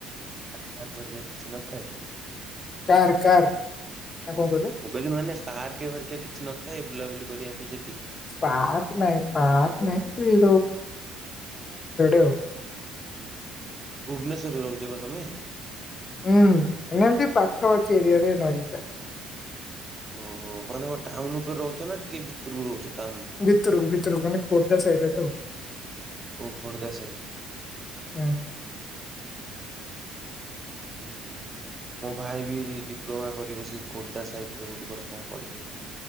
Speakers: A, on the right; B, on the left.
A: କାର ଫାର ହରିକା କିଛି ନଥାଏ।
B: କାର୍ କାର୍ ଆଉ କଣ କହିଲ?
A: ମୁଁ କହିଲି ମାନେ ସାର୍କ ହରିକା କିଛି ନ ଥାଏ, ବୁଲାବୁଲି କରିବା ପାଇଁ ସେଠି?
B: ପାହାଚ ନାଇଁ ପାକ୍ ନାଇଁ ତୁଇ <unintelligible>
A: ଭୁବନେଶ୍ଵରରେ ରହୁଚ ପା ତମେ?
B: ହୁଁ ଏମି <unintelligible> ତି ପାଖା ପାଖି ଏରିଆ ରେ <unintelligible>
A: ଓହୋ ମାନେ କଣ ଟାଉନ ଉପରେ ରହୁଚ ନା ଟିକେ ଭିତୁରୁକୁ ରହୁଚ ଟାଉନ
B: ଭିତରୁକୁ ଭିତରୁକୁ ମାନେ ଖୋର୍ଦ୍ଧା ସାଇଡ ଆଟେ ଆଉ।
A: ଓ ଖୋର୍ଦ୍ଧା ସାଇଡ?
B: ହଁ।
A: ଉ ହୁଁ। ମୋ ଭାଇ ବି ଡିପ୍ଲୋମା କରିବ ସେଇ ଖୋର୍ଦ୍ଧା ସାଇଟ ରେ ଗୋଟେ ଗୁଟେ କଣ କରି <unintelligible>